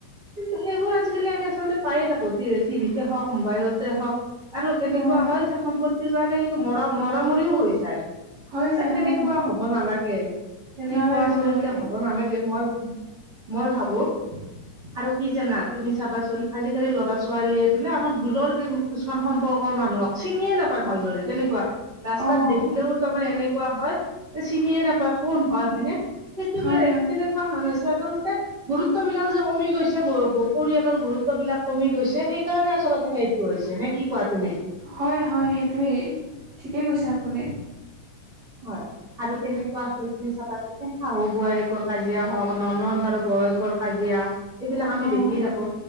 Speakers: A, on the right; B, on the right.
A: কিন্তু সেইবোৰ আজিকালি আমি আচলতে পায়ে থাকো, টিভিিশতে হওক মোবাইল হক, আৰু এনেকুৱা
B: উম,
A: হয় যে সম্পত্তিৰ কাৰণে কিন্তু মৰা-মৰামৰিও হৈ যায়।
B: হৈ যায়
A: এ তেনেকুৱা
B: হয়
A: হব নালাগে। তেনেকুৱা
B: নালাগে
A: আচলতে
B: নালাগে
A: হব নালাগে, মই-মই ভাবো
B: <inaudible>
A: আৰু কি জানা তুমি চাবাচোন, আজিকালি ল'ৰা ছোৱালীয়ে <unintelligible> আমাৰ দূৰৰ কিছুমান সম্পৰ্কৰ মানুহক চিনিয়ে নাপায় ভালদৰে, তেনেকুৱা ৰাস্তাত
B: অঁ
A: দেখিলেও তাৰমানে এনেকুৱা হয় যে চিনিয়ে নাপায় কোন হয় হয়নে, সেইটোকে
B: হয় হয়
A: তেনেক <unintelligible> আচলতে গুৰুত্ববলাক যে কমি গৈছে, পৰিয়ালৰ গুৰুত্ব বিলাক কমি গৈছে, সেইকাৰণে আচলতে সেইটো হৈছে নে কি কোৱা তুমি?
B: হয়, হয়, সেইটোৱেই ঠিকেই কৈছে আপুনি।
A: হয়। আৰু কেনেকুৱা হয় তুমি চাবাচোন, শাহু বোৱাৰীয়েকৰ কাজিয়া হওক, ননন্দ আৰু বৌয়েকৰ কাজিয়া এইবিলাক আমি
B: অঁ
A: দেখি থাকো,